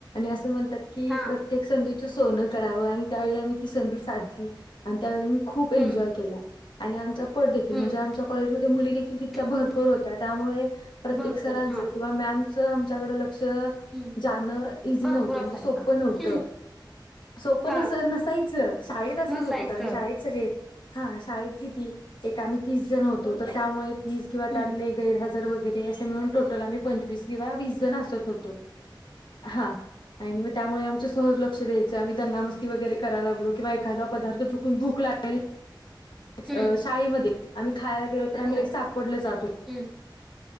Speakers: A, on the left (about 70°); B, in the centre.
A: अस म्हणतात की
B: हा
A: प्रत्ये प्रत्येक संधीचं सोनं करावं. आणि त्यावेळी आम्ही ती संधी साधली. आणि त्यावेळी मी खूप एन्जॉय
B: हम्म
A: केला. आणि आमचा पट देखील
B: हम्म
A: म्हणजे आमच्या कॉलेजमध्ये मुली देखील तितक्या
B: हम्म
A: भरपूर होत्या त्यामुळे प्रत्येक
B: भरपूर
A: सरांच
B: हा
A: किंवा मॅम च आमच्याकड लक्ष
B: हम्म
A: जाणं इझी
B: भरपूर
A: नव्हतं
B: असायचा
A: म्हणजे सोपं नव्हतं.
B: हम्म
A: सोप
B: हा
A: नस - नसायच शाळेत असच
B: नसायचं
A: होतो कारण शाळेत सगळे हा शाळेत किती एक आम्ही तीस जण होतो तर त्यामुळे तीस किंवा
B: हम्म
A: त्यातले गैरहजर वगैरे असे म्हणून टोटल आम्ही पंचवीस किंवा वीस जण असत होतो. हा. आणि मग त्यामुळे आमचं सहज लक्ष द्यायच आम्ही दंगामस्ती वैगरे कराय लागलो किंवा एखादा पदार्थ चूकून भूक लाग अ
B: हम्म
A: शाळेमध्ये आम्ही खायला गेलो तर आम्ही
B: हो
A: सापडलो जात होतो.
B: हम्म.